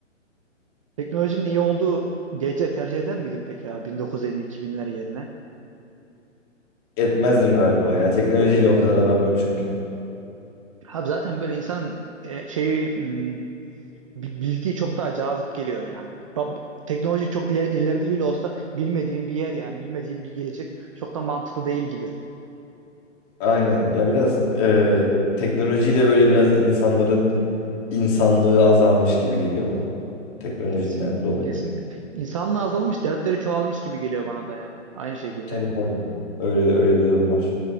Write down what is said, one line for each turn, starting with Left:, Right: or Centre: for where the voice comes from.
Right: Teknolojinin iyi olduğu gece tercih eder miydin peki ya 1950-2000'ler yerine?
Left: Etmezdim galiba ya. Teknolojiyle o kadar aram yok çünkü.
Right: Abi zaten böyle insanın e, şeyi hmm, bi- bilgi çok daha cazip geliyor yani. Ba- Teknoloji çok iler, ileride bile olsa bilmediğim bir yer yani bilmediğim bir gelecek çok da mantıklı değil gibi.
Left: Aynen. Ya biraz e, teknolojiyle böyle biraz insanların insanlığı azalmış gibi geliyor bana. Teknolojiden
Right: Kesin
Left: dolayı.
Right: kesin insanlığa azalmış dertleri çoğalmış gibi geliyor bana da ya. Aynı şekilde
Left: Tabii
Right: yani.
Left: tabii. Öyle öyle bir durum var.